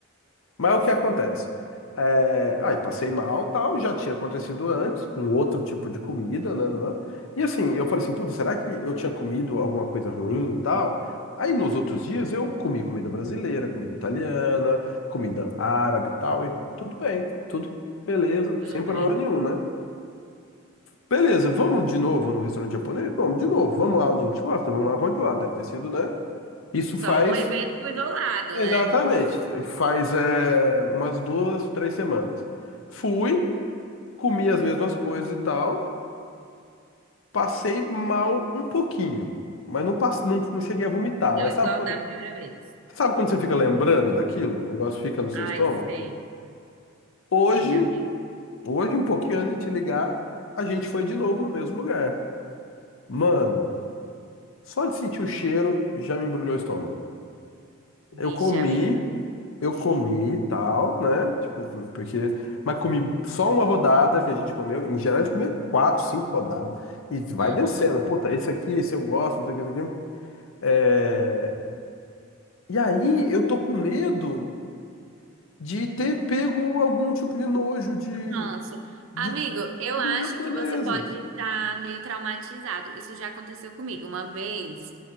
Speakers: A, on the left (about 70°); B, on the right (about 65°).
A: Mas o que acontece? É, aí passei mal, tal, já tinha acontecido antes, com outro tipo de comida, né, né, né. E assim, eu falei assim, puta, será que eu tinha comido alguma coisa ruim e tal? Aí nos outros dias eu comi comida brasileira, comida italiana, comida árabe e tal, e
B: Uhum.
A: tudo bem, tudo beleza,
B: Tudo
A: sem
B: bem.
A: problema nenhum, né? Beleza, vamos de novo no restaurante japonês? Vamos de novo, vamos lá onde a gente gosta, vamos lá onde eu gosto. Deve ter sido, né? Isso
B: Só
A: faz
B: um evento isolado,
A: Exatamente.
B: né?
A: Faz é, umas duas, três semanas. Fui,
B: Uhum.
A: comi as mesmas coisas e tal. Passei mal um pouquinho. Mas não, passe, não, não cheguei a vomitar.
B: É
A: Mas
B: igual
A: sabe quando,
B: da primeira vez.
A: sabe quando você fica lembrando daquilo? O negócio fica no seu
B: Ai,
A: estômago?
B: sei,
A: Hoje,
B: sei, amigo.
A: hoje, um pouquinho antes de te ligar, a gente foi de novo no mesmo lugar. Mano, só de sentir o cheiro já me embrulhou o estômago.
B: Vixe,
A: Eu comi,
B: amigo.
A: eu comi e tal, né? Tipo, porque. Mas comi só uma rodada que a gente comeu. Em geral, a gente comia quatro, cinco rodadas. E vai
B: Uhum.
A: descendo. Puta, esse aqui, esse eu gosto, não sei o que, não sei o que. É... E aí, eu tô com medo de ter pego algum tipo de nojo de,
B: Ranço.
A: de
B: Amigo, eu
A: comida
B: acho
A: japonesa.
B: que você pode estar meio traumatizado. Isso já aconteceu comigo uma vez.